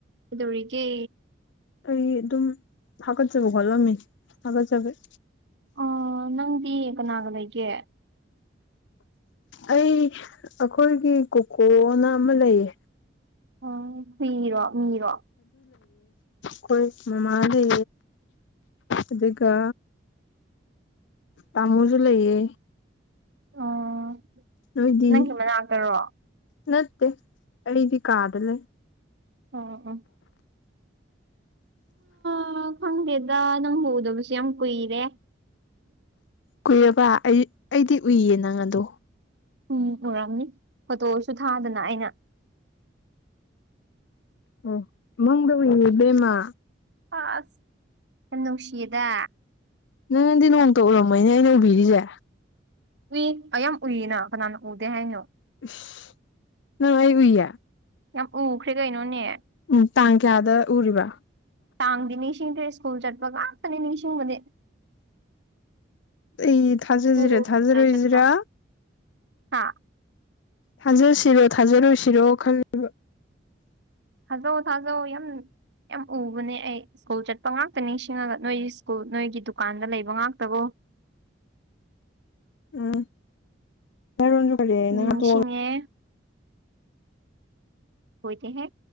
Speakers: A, on the right (about 65°); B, on the left (about 70°).
A: ꯀꯩꯗꯧꯔꯤꯒꯦ
B: ꯑꯩ ꯑꯗꯨꯝ ꯍꯥꯒꯖꯕ ꯍꯣꯠꯂꯝꯃꯤ ꯍꯥꯒꯖꯕꯤ
A: ꯑꯥ ꯅꯪꯗꯤ ꯀꯅꯥꯒ ꯂꯩꯒꯦ
B: ꯑꯩ ꯑꯈꯣꯏꯒꯤ ꯀꯨꯀꯣꯅ ꯑꯃ ꯂꯩꯌꯦ
A: ꯑꯣ ꯍꯨꯏꯔꯣ ꯃꯤꯔꯣ
B: ꯈꯣꯏ ꯃꯃꯥꯒꯤ ꯑꯗꯨꯒ ꯇꯃꯣꯖꯨ ꯂꯩꯌꯦ
A: ꯑꯣ
B: ꯅꯣꯏꯗꯤ
A: ꯅꯪꯒꯤ ꯃꯅꯥꯛꯇꯔꯣ
B: ꯅꯠꯇꯦ ꯑꯩꯗꯤ ꯀꯗꯂꯩ
A: ꯑꯣ ꯑꯣ ꯑꯥ ꯈꯪꯗꯦꯗ ꯅꯪꯕꯨ ꯎꯗꯕꯖꯦ ꯌꯥꯝ ꯀꯨꯏꯔꯦ
B: ꯀꯨꯏꯔꯕ ꯑꯩ ꯑꯩꯗꯤ ꯎꯏꯌꯦ ꯅꯪ ꯑꯗꯣ
A: ꯎꯝ ꯎꯔꯝꯅꯤ ꯐꯣꯇꯣꯁꯨ ꯊꯥꯗꯅ ꯑꯩꯅ
B: ꯑꯣ ꯃꯪꯗ ꯎꯏꯌꯦ ꯏꯕꯦꯝꯃ
A: ꯑꯁ ꯌꯥꯝ ꯅꯨꯡꯁꯤꯗ
B: ꯅꯪꯗꯤ ꯅꯣꯡꯃꯇ ꯎꯔꯝꯃꯣꯏꯅꯦ ꯑꯩꯅ ꯎꯕꯤꯔꯤꯖꯦ
A: ꯎꯏ ꯌꯥꯝ ꯎꯏꯅ ꯀꯅꯥꯅ ꯎꯗꯦ ꯍꯥꯏꯅꯣ
B: ꯏꯁ ꯅꯪ ꯑꯩ ꯎꯏꯌꯦ
A: ꯌꯝ ꯎꯈ꯭ꯔꯦ ꯀꯩꯅꯣꯅꯦ
B: ꯎꯝ ꯇꯥꯡ ꯀꯌꯥꯗ ꯎꯔꯤꯕ
A: ꯇꯥꯡꯗꯤ ꯅꯤꯡꯁꯤꯡꯗ꯭ꯔꯦ ꯁ꯭ꯀꯨꯜ ꯆꯠꯄ ꯉꯛꯇꯅꯤ ꯅꯤꯡꯁꯤꯡꯕꯗꯤ
B: ꯑꯩ ꯊꯖꯁꯤꯔꯦ
A: ꯁ꯭ꯀꯨꯜꯗ
B: ꯊꯖꯔꯣꯏꯖꯤꯔ
A: ꯆꯠꯄ ꯍꯥ
B: ꯊꯖꯁꯤꯔꯣ ꯊꯖꯔꯣꯏꯁꯤꯔꯣ ꯈꯜꯂꯤꯕ
A: ꯊꯖꯧ ꯊꯖꯧ ꯌꯥꯝ ꯌꯥꯝ ꯎꯕꯅꯦ ꯑꯩ ꯁ꯭ꯀꯨꯜ ꯆꯠꯄ ꯉꯥꯛꯇ ꯅꯤꯡꯁꯤꯡꯉꯒ ꯅꯣꯏ ꯁ꯭ꯀꯨꯜ ꯅꯣꯏꯒꯤ ꯗꯨꯀꯥꯟꯗ ꯂꯩꯕ ꯉꯥꯛꯇꯕꯨ <inaudible>
B: ꯎꯝ ꯅꯔꯣꯟꯁꯨ ꯀꯔꯤ
A: ꯎꯝ
B: ꯅꯪ
A: ꯅꯤꯡꯁꯤꯡꯉꯦ
B: ꯍꯥꯠꯇꯣꯛꯑꯒ
A: ꯍꯣꯏꯗ ꯍꯦ